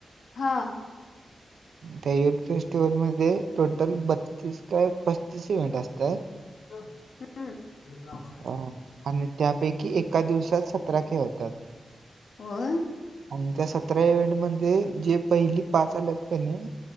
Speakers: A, on the left (about 80°); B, on the right (about 85°).
A: हां.
B: त्या युथ फेस्टिवल मध्ये, टोटल काय बस्तीस काय पस्तीस इव्हेंट असत्यात
A: ह हम्म. हे लावा
B: अ, आणि त्यापैकी एका दिवसात सतरा खेळ होत्यात.
A: होय.
B: आणि त्या सतरा इव्हेंट मध्ये, जे पहिली पाच आल्यात क नाही,